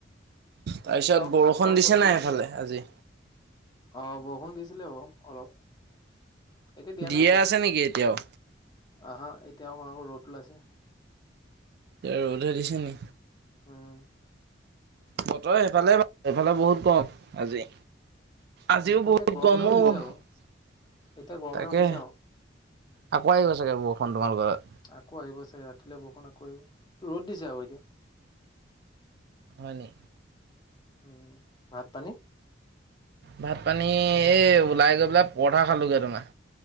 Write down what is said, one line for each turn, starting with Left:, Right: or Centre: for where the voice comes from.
Right: তাৰপিছত
Left: আৰু
Right: বৰষুণ
Left: শাকৰ চব্জি
Right: দিছে নাই
Left: আছিলে।
Right: সেফালে আজি
Left: অ বৰষুণ দিছিলে বাও অলপ এতিয়া দিয়া
Right: দিয়ে
Left: নাই বৰষুণ
Right: আছে নেকি এতিয়াও
Left: আহা এতিয়া আকৌ অকন অকন ৰ'দ ওলাইছে
Right: এ, ৰ'দে দিছে নি?
Left: উম
Right: বতৰ সেইফালে এফালে বহুত কম আজি আজিও
Left: উম এতিয়া
Right: বহুত
Left: গৰম এটা
Right: <unintelligible>
Left: উঠিছে আকৌ এতিয়া গৰম
Right: তাকে
Left: এটা উঠিছে আও
Right: আকৌ আহিব চাগে বৰষুণ
Left: উম,
Right: তোমালোকৰ তাত
Left: আকৌ আহিব চাগে? ৰাতিলৈ বৰষুণ আকৌ আহিব, ৰ'দ দিছে। যাব এতিয়া।
Right: হয় নি?
Left: উম, ভাত, পানী?
Right: ভাত পানী, এই ওলাই গৈ পেলে পৰঠা খালোগে তোমাৰ।